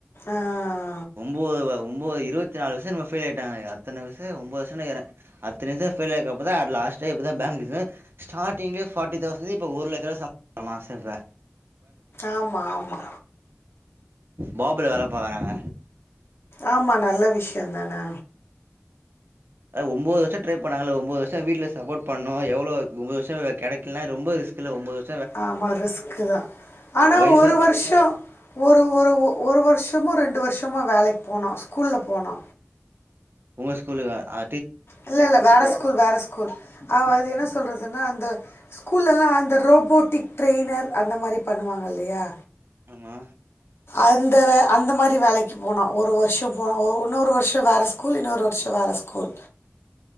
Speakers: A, on the left; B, on the right.
A: ஆஹ
B: ஒம்போது வா ஒம் ம்போது இருபத்திநாளு வர்சோ என்னமோ ஃபெயில் ஆயிட்டாங்க அத்தனாவர்சோ ஒம்போதுவர்சோனு நெனைக்கிறே அத்தன வர்சோ ஃபெயில் ஆயிருக்குறப்பதா அது லா ஃபஸ்ட்டே இப்பதா பேங்க் இதுல ஸ்டாரிங்லயே ஃபாட்டி தௌசண்ட இப்ப ஒரு லட்சோ சம்பளமா மாசோத்துல
A: ஆமா ஆமா
B: பாபுல வேல பாக்குறாங்க
A: ஆமா நல்ல விஷ்யோ தானே
B: அ ஒம்போது வர்ஷோ ட்ரை பண்ணாங்கல ஒம்போது வர்ஷோ வீட்ல சப்போர்ட் பண்ணுனோ எவ்லோ ஒம்போது வர்ஷோ கெடைக்கலன்னா ரொம்போ ரிஸ்க் சிலர் ஒம்போது வர்
A: ஆமா ரிஸ்குதா ஆனா
B: வயசா
A: ஒரு வர்ஷோ ஒரு ஒரு ஒரு வர்ஷமோ ரெண்டு வர்ஷமோ வேலைக்கு போனா ஸ்கூல்ல போனா
B: உங்க ஸ்கூலுக்கு ஆ
A: இல்ல இல்ல வேற ஸ்கூல் வேற ஸ்கூல் அவ அது என்ன சொல்றதுன்னா அந்த ஸ்கூல்லெல்லா அந்த ரோபோட்டிக் ட்ரெய்னர் அந்த மாரி பண்ணுவாங்கல்லையா
B: ஆமா
A: அந்த வே அந்த மாரி வேலைக்கு போனா ஒரு வர்ஷோ போனா இன்னொரு வர்ஷோ வேற ஸ்கூல் இன்னோர் வர்ஷோ வேற ஸ்கூல்